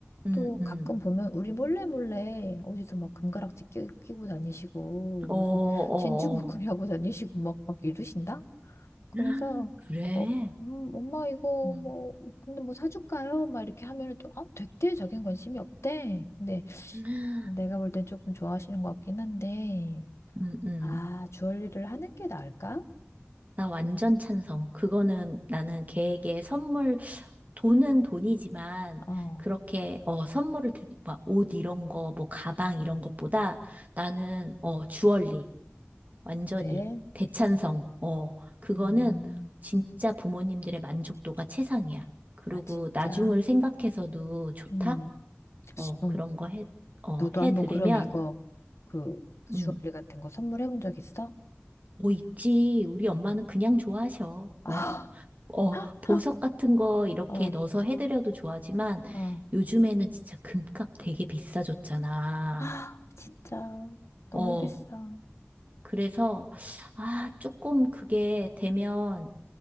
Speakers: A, on the right (about 35°); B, on the left (about 85°).
A: 음,
B: 또 가끔
A: 음,
B: 보면 우리 몰래 몰래 어디서 막 금가락지 끼, 끼고 다니시고
A: 어,
B: 무슨
A: 어,
B: 진주 목걸이
A: 어.
B: 하고 다니시고 막 막 이러신다? 그래서
A: <gasps> 그래.
B: 어, 음, 엄마 이거
A: 음,
B: 뭐 근데 뭐 사줄까요? 막 이렇게 하면은 또 아, 됐대 자기는 관심이 없대. 근데
A: <gasps>
B: 내가 볼 땐 조금 좋아하시는 것 같긴 한데
A: 음, 음.
B: 아 주얼리를 하는 게 나을까?
A: 나 완전 찬성. 그거는 나는 걔에게 선물, 돈은 돈이지만,
B: 어,
A: 그렇게, 어, 선물을 드리, 막, 옷 이런 거, 뭐, 가방 이런 것보다 나는, 어, 주얼리. 완전히
B: 네,
A: 대찬성. 어, 그거는
B: 음,
A: 진짜 부모님들의 만족도가 최상이야. 그리고
B: 아 진짜,
A: 나중을 생각해서도 좋다?
B: 음,
A: 어,
B: 그럼
A: 그런 거 해, 어,
B: 너도
A: 해
B: 한번
A: 들으면,
B: 그럼 이거 그 주얼리
A: 음,
B: 같은 거 선물해본 적 있어?
A: 뭐 있지. 우리 엄마는 그냥 좋아하셔.
B: 아,
A: 어, 어, 보석
B: <laughs>
A: 같은 거 이렇게
B: 어,
A: 넣어서 해드려도 좋아하지만
B: 어,
A: 요즘에는 진짜 금값 되게 비싸졌잖아.
B: 아 진짜 너무
A: 어,
B: 비싸.
A: 그래서, 아, 조금 그게 되면